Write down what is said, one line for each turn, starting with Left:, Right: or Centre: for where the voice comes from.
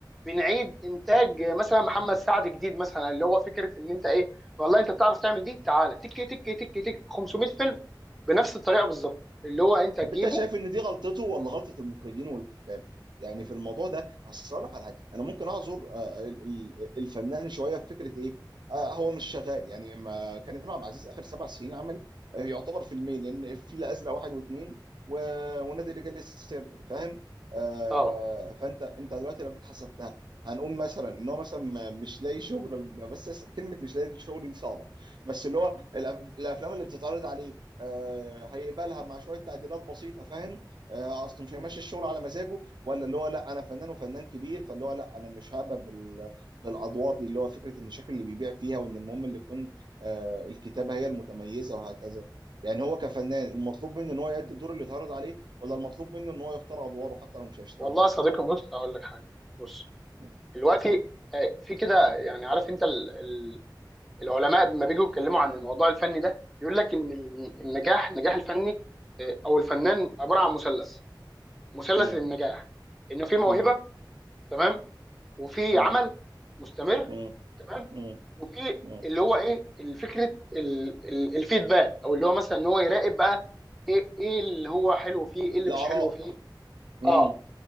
Centre: بنعيد انتاج مثلا محمد سعد جديد مثلا اللي هو فكره ان انت ايه والله انت بتعرف تعمل دي تعالى تك تك تك تك 500 فيلم بنفس الطريقه بالظبط اللي هو انت تجيبه
Right: طب انت شايف ان دي غلطته ولا غلطه المخرجين والكتاب يعني في الموضوع ده اصل أقول لك على حاجه انا ممكن اعذر آه، ال- ال- الفنان شويه في فكره ايه آه، هو مش شغال يعني ما كريم عبد العزيز اخر سبع سنين عمل آه، يعتبر فيلمين لان الفيل الازرق واحد واثنين و- ونادي الرجال السري فاهم آه،
Centre: اه
Right: فانت انت دلوقتي لو جيت حسبتها هنقول مثلا ان هو مثلا ما- مش لاقي شغل بس كلمه مش لاقي شغل دي صعبه بس اللي هو الأف- الافلام اللي بتتعرض عليه آه، هيقبلها مع شويه تعديلات بسيطه فاهم آه، اصله مش
Centre: مم.
Right: هيمشي الشغل على مزاجه ولا اللي هو لا انا فنان وفنان كبير فاللي هو لا انا مش هقبل بال... بالادوار دي اللي هو فكره ان الشكل اللي بيبيع فيها وان المهم اللي تكون آه، الكتابه هي المتميزه وهكذا يعني هو كفنان المطلوب منه ان هو يأدي الدور اللي اتعرض عليه ولا المطلوب منه ان هو يختار ادواره حتى لو مش هيشتغل
Centre: والله يا صديقي بص هقول لك حاجه بص
Right: م-
Centre: دلوقتي آه، في كده يعني عارف انت ال- ال- العلماء لما بيجوا يتكلموا عن الموضوع الفني ده يقول لك ان ال- النجاح النجاح الفني آه، او الفنان عباره عن مثلث مثلث
Right: م-
Centre: النجاح انه في موهبه
Right: م-
Centre: تمام وفي
Right: م-
Centre: عمل مستمر
Right: م-
Centre: تمام
Right: م-
Centre: وفي
Right: م-
Centre: اللي هو ايه الفكره ال- ال- الفيدباك او اللي هو مثلا ان هو يراقب بقى ايه ايه اللي هو حلو فيه ايه اللي
Right: الاراء
Centre: مش حلو فيه
Right: م-
Centre: اه
Right: م-